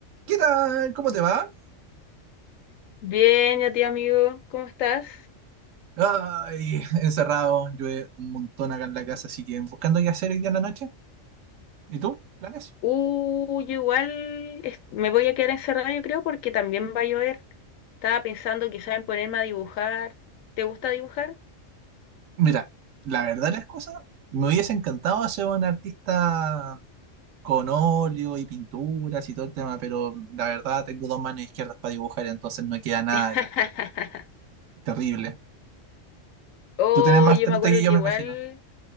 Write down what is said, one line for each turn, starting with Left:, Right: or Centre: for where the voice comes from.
Right: ¿Qué tal? ¿Cómo te va?
Left: Bien, a ti amigo, ¿cómo estás?
Right: Ay, encerrado, llueve un montón acá en la casa, así que buscando qué hacer hoy día en la noche. ¿Y tú? ¿Planes?
Left: Uh, yo igual es- me voy a quedar encerrada, yo creo, porque también va a llover. Estaba pensando quizás en ponerme a dibujar. ¿Te gusta dibujar?
Right: Mira, la verdad las cosas, me hubiese encantado ser un artista con óleo y pinturas y todo el tema, pero la verdad tengo dos manos izquierdas para dibujar, entonces no queda nada
Left: <laughs>
Right: bien. Terrible.
Left: Oh,
Right: Tú tenés más
Left: yo
Right: talento
Left: me acuerdo
Right: que yo,
Left: que
Right: me
Left: igual,
Right: imagino.